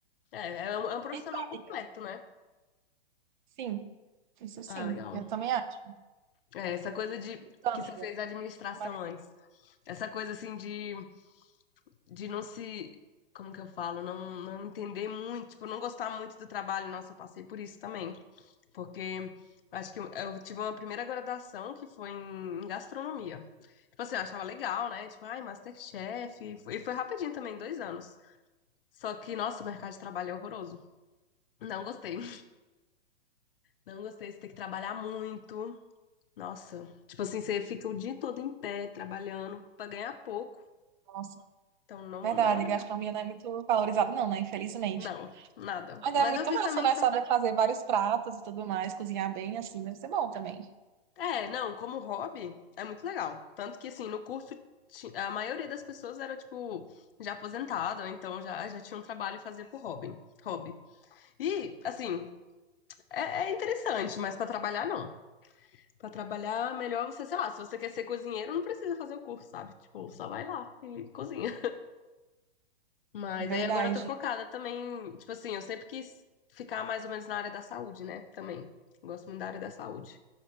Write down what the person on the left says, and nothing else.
É, é um, é um profissional
completo, né?
Ah, legal.
É, essa coisa de
que
você fez a administração
antes. Essa coisa assim de de não se, como que eu falo, não, não entender muito, tipo, não gostar muito do trabalho. Nossa, eu passei por isso também, porque eu acho que eu, eu tive uma primeira graduação que foi em, em gastronomia. Tipo assim, eu achava legal, né? Tipo, ai, MasterChef, e foi e foi rapidinho também, dois anos. Só que, nossa, o mercado de trabalho é horroroso. Não gostei. <laughs> Não gostei, você tem que trabalhar muito. Nossa, tipo assim, você fica o dia todo em pé, trabalhando pra ganhar pouco.
Então, não,
não é legal.
Não, nada.
Mas
eu fiz
também
É, não, como hobby é muito legal. Tanto que, assim, no curso ti- a maioria das pessoas era, tipo, já aposentada, ou então já, já tinha um trabalho e fazia por hobby. Hobby. E, assim, é, é interessante, mas pra trabalhar, não. Pra trabalhar, melhor você, sei lá, se você quer ser cozinheiro, não precisa fazer o curso, sabe? Tipo, só vai lá e cozinha. <laughs> Mas
aí agora eu tô focada também, tipo assim, eu sempre quis ficar mais ou menos na área da saúde, né? Também. Gosto muito da área da saúde.